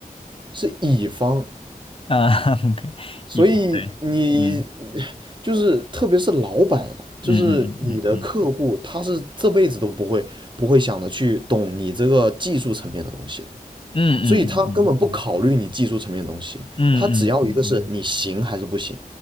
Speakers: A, on the right (about 30°); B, on the left (about 35°).
A: 是乙方，
B: 啊 <laughs>，OK，
A: 所以你
B: 一方对，嗯
A: 就是特别是老板啊，就是你的客户，
B: 嗯嗯嗯嗯
A: 他是这辈子都不会不会想着去懂你这个技术层面的东西的，
B: 嗯嗯嗯
A: 所以他根本不考虑你技术层面的东西，
B: 嗯嗯嗯嗯嗯
A: 他只要一个是你行还是不行，